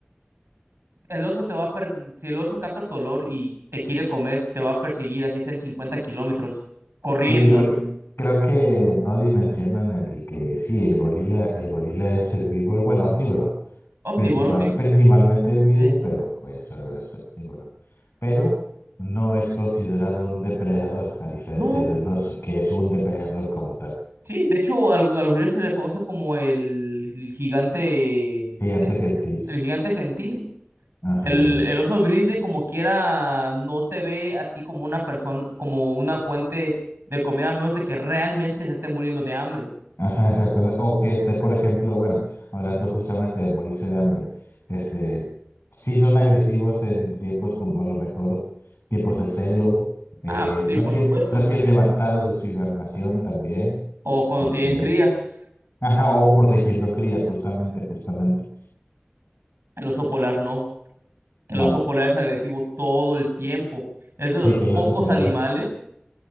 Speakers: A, on the right; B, on the left.
A: el oso te va a per- si el oso capta tu olor y te quiere comer, te va a perseguir así sean cincuenta kilómetros corriendo.
B: cre- creo, que no dimensionan el que sí, el gorila, el gorila es herbívoro, bueno, omnívoro,
A: Omnívoro,
B: principal,
A: sí.
B: principalmente herbívoro,
A: Sí.
B: pero pues solo es omnívoro. Pero no es considerado un depredador, a diferencia
A: No,
B: de un oso, que es un depredador como tal.
A: sí, de hecho al, al gorila se le conoce como el, el gigante,
B: Gigante gentil.
A: el gigante gentil.
B: Ajá,
A: El,
B: y es.
A: el oso gris de como quiera no te ve a ti como una persona, como una fuente de comida, a menos de que realmente se esté muriendo de hambre.
B: Ajá, exactamente. O que esté, por ejemplo, bueno, hablando justamente de morirse de hambre, este, sí son agresivos en tiempos como a lo mejor tiempos de celo, eh,
A: Ah, sí,
B: recién,
A: por supuesto.
B: recién levantados de su hibernación también,
A: O cuando
B: este
A: tienen crías,
B: es, ajá, o protegiendo crías, justamente, justamente.
A: el oso polar no. El
B: No,
A: oso polar es agresivo todo el tiempo. Es de los
B: sí, el
A: pocos
B: oso polar,
A: animales,